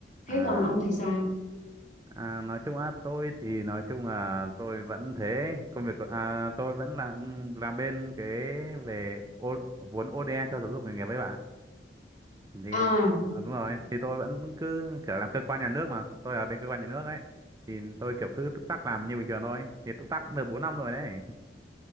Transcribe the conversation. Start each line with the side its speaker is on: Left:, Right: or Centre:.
Left: thế
Right: À,
Left: còn ông thì sao
Right: à nói chung á tôi thì nói chung là tôi vẫn thế, công việc của- à, tôi vẫn làm làm bên cái về ô, vốn ODA cho giáo dục nghề nghiệp với bạn. Thì
Left: à
Right: à, đúng rồi, thì tôi vẫn cứ kiểu làm cơ quan nhà nước mà, tôi ở bên cơ quan nhà nước ấy. Thì tôi kiểu cứ túc tắc làm như bình thường thôi. Thì túc tắc cũng được 4 năm rồi đấy.